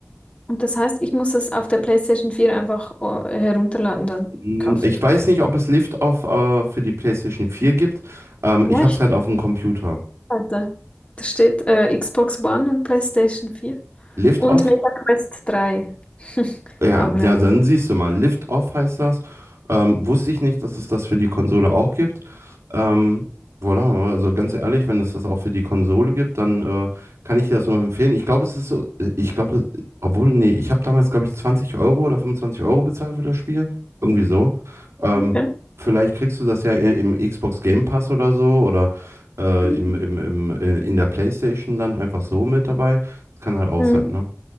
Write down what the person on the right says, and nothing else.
Hm,
Ich weiß nicht, ob es Lift-Off äh, für die PlayStation 4 gibt. Ähm,
ich habe
es halt auf dem Computer.
Lift-Off?
Ja,
ja,
dann siehst du mal, Lift Off heißt das. Ähm, wusste ich nicht, dass es das für die Konsole auch gibt. Ähm, voilà, also ganz ehrlich, wenn es das auch für die Konsole gibt, dann äh, kann ich dir das nur empfehlen. Ich glaube, es ist so, ich glaube, das- obwohl, nee, ich habe damals, glaube ich, 20 Euro oder 25 Euro bezahlt für das Spiel. Irgendwie so. Ähm,
vielleicht kriegst du das ja i- im Xbox Game Pass oder so oder äh,
im, im, im, äh, in der PlayStation dann einfach so mit dabei. Das kann halt auch
sein, ne?